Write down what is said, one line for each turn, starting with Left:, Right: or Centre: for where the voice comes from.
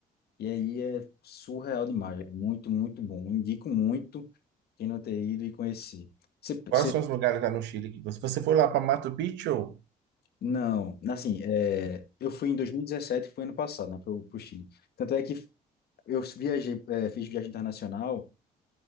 Left: E aí é surreal demais, é muito, muito bom. Indico muito quem não ter ido e conhecer. Você,
Right: quais
Left: você-
Right: são os lugares lá no Chile que você... Você foi lá para Machu Picchu?
Left: não, assim, é, eu fui em 2017, foi ano passado, né, para o Chile. Tanto é que eu viajei, é, fiz viagem internacional